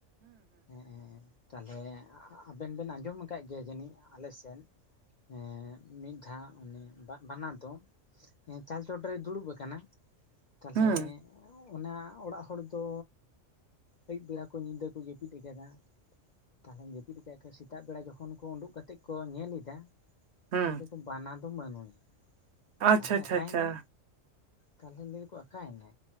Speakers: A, on the left; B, on the right.
A: ᱦᱮᱸ ᱛᱟᱦᱚᱞᱮ ᱟᱵᱮᱱ ᱵᱮᱱ ᱟᱸᱡᱚᱢ ᱟᱠᱟᱜ ᱜᱮᱭᱟ ᱡᱟᱹᱱᱤᱡ ᱟᱞᱮ ᱥᱮᱱ ᱦᱮᱸ ᱢᱤᱫ ᱫᱷᱟᱹᱣ ᱚᱱᱮ ᱵᱟᱱᱟ ᱫᱚᱱ ᱦᱮᱸ ᱪᱟᱞ ᱪᱚᱴᱨᱮᱭ ᱫᱩᱲᱩᱵ ᱟᱠᱟᱱᱟ, ᱛᱟᱦᱞᱮ
B: ᱦᱮᱸ
A: ᱚᱱᱟ ᱚᱲᱟᱜ ᱦᱚᱲ ᱫᱚ ᱟᱹᱭᱩᱵ ᱵᱮᱲᱟ ᱠᱚ ᱧᱤᱫᱟᱹ ᱠᱚ ᱡᱟᱹᱯᱤᱫ ᱟᱠᱟᱫᱟ, ᱛᱟᱦᱚᱞᱮ ᱡᱟᱹᱯᱤᱫ ᱠᱮᱡ ᱠᱷᱟᱡ ᱠᱚ ᱥᱮᱛᱟᱜ ᱵᱮᱲᱟ ᱡᱚᱠᱷᱚᱱ ᱠᱚ ᱩᱸᱰᱩᱜ ᱠᱟᱛᱮ ᱠᱚ ᱧᱮᱞ ᱮᱫᱟ,
B: ᱦᱮᱸ
A: <unintelligible> ᱠᱚ ᱵᱟᱱᱟ ᱫᱚ ᱵᱟᱹᱱᱩᱭᱟ
B: ᱟᱪᱪᱷᱟ
A: ᱛᱟᱦᱞᱮ
B: ᱟᱪᱪᱷᱟ
A: ᱟᱠᱟᱭᱮᱱᱟ
B: ᱟᱪᱪᱷᱟ
A: ᱛᱟᱞᱦᱮ ᱞᱟᱹᱭ ᱟᱠᱚ ᱟᱠᱟᱸᱣᱮᱱᱟ?